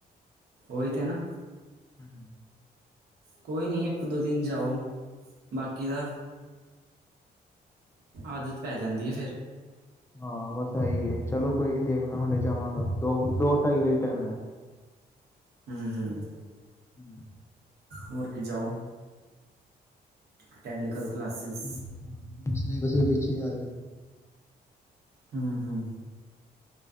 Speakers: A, on the right (about 70°); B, on the left (about 15°).
A: ਓਹੀ ਤੇ ਨਾ।
B: ਹੂੰ।
A: ਕੋਈ ਨਹੀਂ ਇੱਕ ਦੋ ਦਿਨ ਜਾਓ, ਬਾਕੀ ਦਾ ਆਦਤ ਪੈ ਜਾਂਦੀ ਏ ਫੇਰ।
B: ਹਾਂ ਬਸ ਐਹੀ ਐ ਚਲੋ ਕੋਈ ਨੀ ਦੇਖਦਾ ਹੁਣੇ ਜਾਵਾਂਗਾ, ਦੋ-ਦੋ ਢਾਈ ਵਜੇ ਟੈਮ ਐ।
A: ਹੂੰ ਹੂੰ,
B: ਹੂੰ।
A: ਹੋਰ ਕੀ ਜਾਓ। ਅਟੈਂਡ ਕਰੋ ਕਲਾਸਿਸ।
B: ਹੂੰ, ਹਾਂ ਸਿਲੇਬਸ ਵੀ ਪਿੱਛੇ ਜਾ ਰਿਹਾ।
A: ਹੂੰ ਹੂੰ।